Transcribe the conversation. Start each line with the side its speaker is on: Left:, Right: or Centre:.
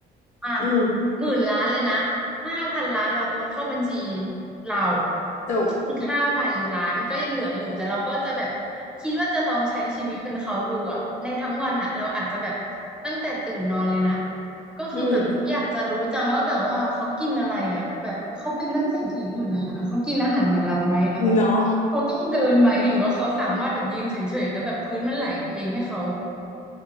Centre: อ่ะ
Left: อืม
Centre: หมื่นล้านเลยนะห้าพันล้านเราโอนเข้าบัญชีเรา
Left: จบ
Centre: อีกห้าพันล้านก็ยังเหลืออยู่แต่เราก็จะแบบคิดว่าจะลองใช้ชีวิตเป็นเขาดูอะในทั้งวันอะเราอาจจะแบบตั้งแต่ตื่นนอนเลยนะก็คือแบบอยากจะรู้จังว่าแบบว่าเขากินอะไรอะแบบเขาเป็นนักเศรษฐีหมื่นล้านอะเขากินอาหารเหมือนเราไหมแล้วแบบ
Left: อืมเนาะ
Centre: เขาต้องเดินไหมหรือว่าเขาสามารถแบบยืนเฉยๆแล้วแบบพื้นมันไหลไปเองให้เขา